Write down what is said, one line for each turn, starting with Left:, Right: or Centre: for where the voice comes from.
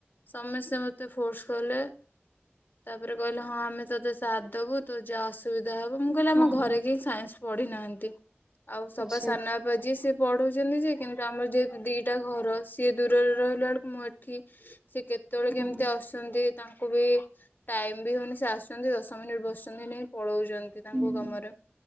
Left: ସମସ୍ତେ ମତେ ଫୋର୍ସ କଲେ। ତାପରେ କହିଲେ ହଁ ଆମେ ତତେ ସାଥ ଦବୁ। ତୁ ଯା ଆସ ସୁବିଧା ହବ। ମୁଁ କହିଲି ଆମ
Right: ହଁ
Left: ଘରେ କେହି ସାଇନ୍ସ ପଢି ନାହାନ୍ତି। ଆଉ ସବା
Right: ଆଚ୍ଛା
Left: ସାନ ବା ବା ଯିଏ ସିଏ ପଢ଼ଉଛନ୍ତି ଯେ, କିନ୍ତୁ ଆମର ଯେହେତୁ ଦିଟା ଘର ସିଏ ଦୂରରେ ରହିଲା ବେଳକୁ ମୁଁ ଏଠି ସେ କେତେବେଳେ
Right: ହଁ
Left: କେମିତି ଅସ ଛନ୍ତି ତାଙ୍କୁ ବି ଟାଇମ ବି ହଉନି। ସେ ଆସୁଛନ୍ତି ଦଶ ମିନିଟ ବସଛନ୍ତିକି ନାହିଁ ପଳଉ ଛନ୍ତି ତାଙ୍କ
Right: ହୁଁ
Left: କାମରେ,